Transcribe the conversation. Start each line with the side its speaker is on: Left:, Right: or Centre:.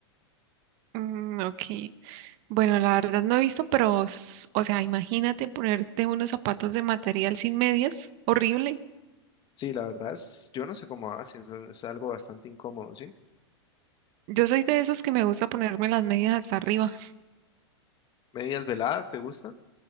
Right: Mm, ok. Bueno, la verdad no he visto, pero, s- o sea, imagínate ponerte unos zapatos de material sin medias. Horrible.
Left: Sí, la verdad es, yo no sé cómo hacen, son- es algo bastante incómodo, ¿sí?
Right: Yo soy de esas que me gusta ponerme las medias hasta arriba.
Left: Medias veladas, ¿te gustan?